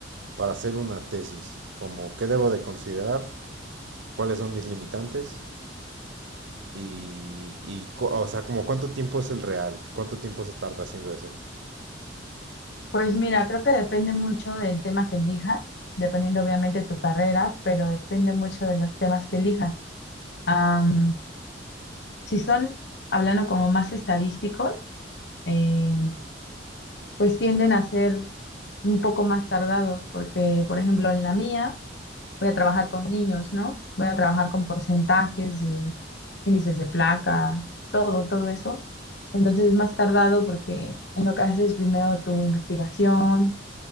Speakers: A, on the right (about 75°); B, on the left (about 60°).
A: para hacer una tesis? Como, ¿qué debo de considerar? ¿Cuáles son mis limitantes? Y, y, cu- o sea, como, ¿cuánto tiempo es el real? ¿Cuánto tiempo se tarda haciendo eso?
B: Pues mira, creo que depende mucho del tema que elijas, dependiendo obviamente de tu carrera, pero depende mucho de los temas que elijas. Am, si son, hablando como más estadísticos, eh, pues tienden a ser un poco más tardados, porque, por ejemplo, en la mía voy a trabajar con niños, ¿no? Voy a trabajar con porcentajes y índices de placa, todo, todo eso. Entonces es más tardado porque en lo que haces primero tu investigación,